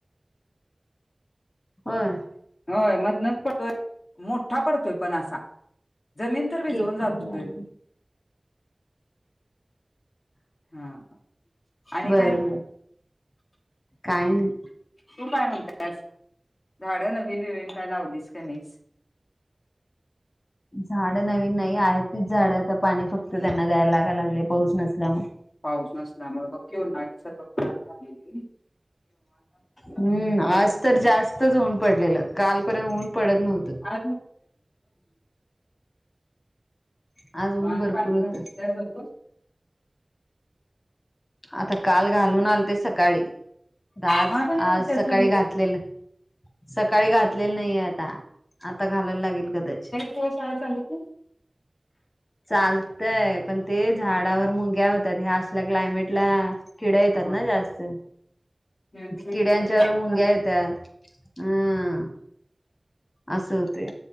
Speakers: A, on the left; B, on the left.
A: होय?
B: होय मधनच पडतोय. मोठा पडतोय पण असा. जमीन तर भीजऊन
A: केक
B: जातोय.
A: मध्ये गार
B: हा आणि
A: बर
B: काय
A: बर. काय नही.
B: तू काय म्हणतेस? झाड नवीन बीवीन काय लावलीस का नहीस?
A: झाड नवीन नाही आहे तीच झाड आता पाणी फक्त त्यांना द्यायला लागा लागले पाऊस नसल्यामुळे.
B: पाऊस नसल्यामुळे बघकी उन्हाळ्यासारखं रान झालं नही.
A: हं, आज
B: घराकडे
A: तर जास्तच ऊन पडलेलं. कालपर्यंत ऊन पडत नव्हतं.
B: <unintelligible> म
A: आज ऊन
B: आणखी
A: भरपूर
B: भांडे
A: होतं
B: घासून काय करतेस?
A: आता काल घालून आलेते सकाळी. आता आज
B: महाग आणि
A: आज
B: उठत्यास
A: सकाळी
B: लगेच
A: घातलेल, सकाळी घातलेल नाहीे आता. आता घालायला लागेल कदाचित.
B: हो शाळा चालूय की.
A: चालतय. पण ते झाडावर मुंग्या होतात ह्या असल्या क्लायमेटला. किड येतात
B: हा
A: ना जास्त.
B: हा.
A: किड्यांच्या बरोबर मुंग्या येतात. अं. असं होतय.